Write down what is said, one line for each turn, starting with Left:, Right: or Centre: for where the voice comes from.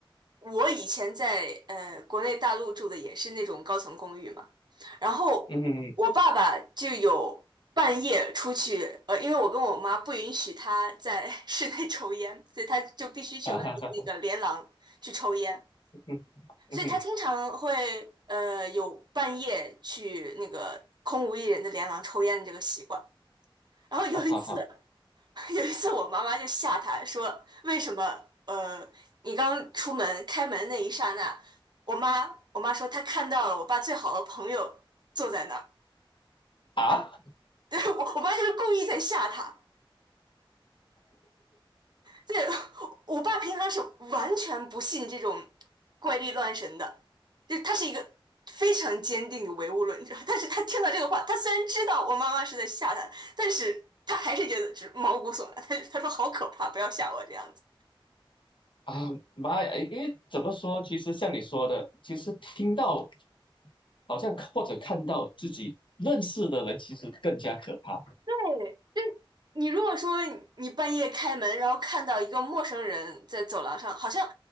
Right: 我以前在呃国内大陆住的也是那种高层公寓嘛，然后我爸爸就有半夜出去，
Left: 嗯哼，嗯
Right: 呃，因为我跟我妈不允许他在 <laughs> 室内抽烟，所以他就必须去外面那个连廊去抽烟，
Left: 啊哈哈，嗯嗯哼，
Right: 所以他经常会呃有半夜去那个空无一人的连廊抽烟的这个习惯。然后有一次。
Left: 啊哈哈，
Right: <laughs> 有一次，我妈妈就吓他说：“为什么？呃，你刚出门开门那一刹那，我妈我妈说她看到了我爸最好的朋友坐在那儿。<laughs>”
Left: 啊
Right: 对，我我妈就是故意在吓他。对，我爸平常是完全不信这种怪力乱神的，就他是一个非常坚定的唯物论者。但是他听到这个话，他虽然知道我妈妈是在吓他，但是他还是觉得就是毛骨悚然。他他说好可怕，不要吓我这样子。
Left: 啊妈呀！因为怎么说，其实像你说的，其实听到好像或者看到自己认识的人，其实更加可怕。
Right: 对。你如果说你半夜开门，然后看到一个陌生人在走廊上，好像